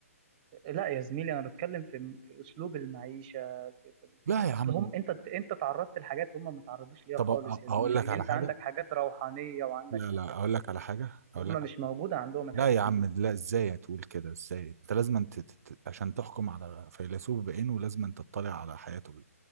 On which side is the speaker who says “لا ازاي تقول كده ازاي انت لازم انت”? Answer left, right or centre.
Right